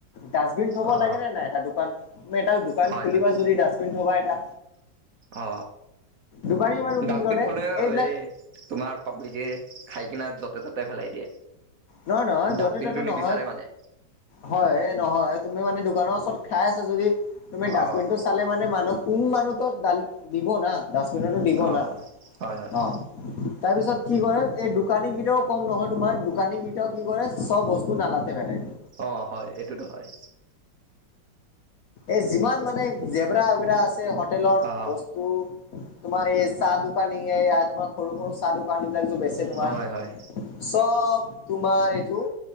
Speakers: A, on the left; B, on the right.
A: ডাষ্টবিন থব
B: অ
A: লাগে নে নাই এটা দোকান তুমি এটা দোকান
B: হয়
A: খুলিবা
B: হয়
A: যদি ডাষ্টবিন থবা এটা।
B: অ
A: দোকানী মানুহ কি
B: ডাষ্টবিন
A: কৰে
B: থলে এই
A: এইবিলাক
B: তোমাৰ পাব্লিকে খাই কিনা য'তে ততে পেলাই দিয়ে।
A: নহয় নহয়
B: ডাষ্টবিনটো
A: য'তে ত'তে
B: নিবিচাৰে
A: নহয়
B: মানে
A: হয় নহয় তুমি মানে দোকানৰ ওচৰত খাই আছা যদি তুমি ডাষ্টবিন
B: অ
A: টো চালে মানে মানুহ কোন মানুহ ত' দাল দিব না, ডাচবিন'তো দিব
B: অ
A: না,
B: হয় হয় হয়
A: অ। তাৰ পিছত কি কৰে এই দোকানী কেইটাও কম নহয় তোমাৰ দোকানী কেইটাও কি কৰে চব বস্তু নালাতে <unintelligible>
B: অঁ হয়, এইটোতো হয়।
A: এই যিমান মানে জেবৰা-এবেৰা আছে হোটেলৰ
B: অ
A: বস্ তু তোমাৰ এই চাহ দোকানীয়ে এ তোমাৰ সৰু সৰু চাহ দোকানী বিলাক বেচে তোমাৰ
B: হয় হয়
A: চব তোমাৰ এইটো